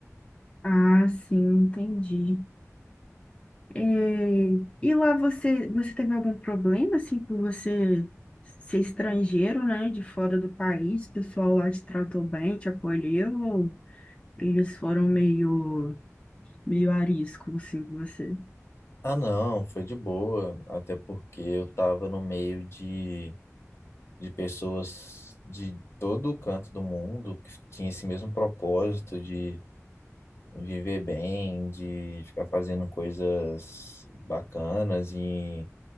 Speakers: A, on the left; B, on the left.
A: Ah, sim, entendi. É, e lá você, você teve algum problema, assim, por você ser estrangeiro, né, de fora do país? O pessoal lá te tratou bem, te acolheu, ou eles foram meio, meio arisco, assim, com você?
B: Ah, não, foi de boa, até porque eu tava no meio de, de pessoas de todo o canto do mundo que tinha esse mesmo propósito de viver bem, de ficar fazendo coisas bacanas e